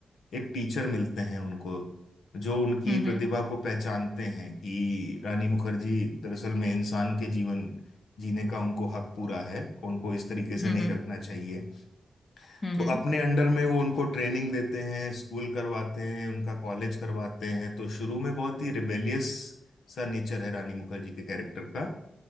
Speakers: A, on the left; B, on the left.
A: एक टीचर मिलते हैं उनको जो उनकी
B: हम्म
A: प्रतिभा को पहचानते हैं कि रानी मुखर्जी दरअसल में इंसान के जीवन जीने का उनको हक पूरा है उनको इस तरीके से
B: हम्म
A: नहीं रखना चाहिए
B: हम्म
A: तो
B: हम्म,
A: अपने अंडर में वो उनको ट्रेनिंग देते हैं स्कूल करवाते हैं उनका कॉलेज करवाते हैं तो शुरू में बहुत ही रिबेलियस सा नेचर है रानी मुखर्जी के कैरेक्टर का